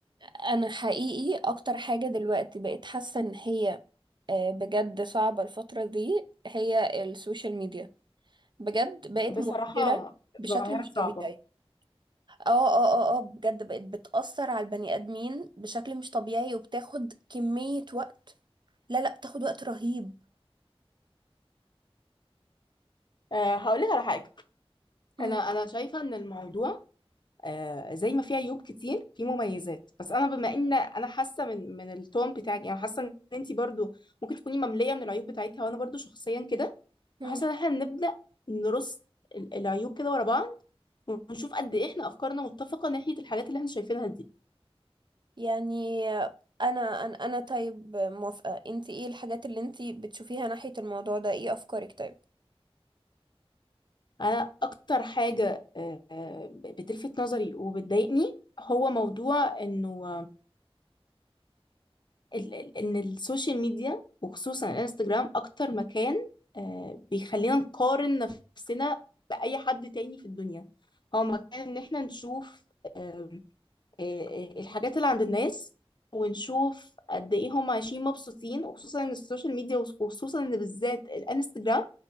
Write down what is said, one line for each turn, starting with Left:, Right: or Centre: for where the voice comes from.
Right: انا حقيقي اكتر حاجة دلوقتي بقيت حاسة ان هي آه، بجد صعبة الفترة دي هي السوشيال ميديا بجد بقت
Left: بصراحة
Right: موترة بشكل
Left: ظاهرة
Right: مش
Left: صعبة
Right: طبيعي اه اه اه اه بجد بقت بتأثر على البني ادمين بشكل مش طبيعي وبتاخد كمية وقت لا لا بتاخد وقت رهيب
Left: أه هقول لك على حاجة
Right: مم.
Left: أنا أنا شايفة إن الموضوع أه زي ما فيه عيوب كتير فيه مميزات بس أنا بما إن أنا حاسة من من التون بتاعك يعني حاسة إن أنت برضو ممكن تكوني مملية من العيوب بتاعتها وأنا برضو شخصيا كده
Right: مم.
Left: حاسة إن إحنا نبدأ نرص ال- العيوب كده ورا بعض ونشوف قد إيه إحنا أفكارنا متفقة ناحية الحاجات اللي إحنا شايفينها دي
Right: يعني انا انا انا طيب موافقة انتي ايه الحاجات اللي انتي بتشوفيها ناحية الموضوع ده ايه افكارك طيب
Left: أنا أكتر حاجة أه آه، بتلفت نظري وبتضايقني هو موضوع إنه ال- ال- ان السوشيال ميديا وخصوصا الانستجرام اكتر مكان آه، بيخلينا نقارن نفسنا باي حد تاني في الدنيا هو مكان ان احنا نشوف آم، آه، آه، الحاجات اللي عند الناس ونشوف قد ايه هم عايشين مبسوطين وخصوصا ان السوشيال ميديا وخصوصا ان بالذات الانستجرام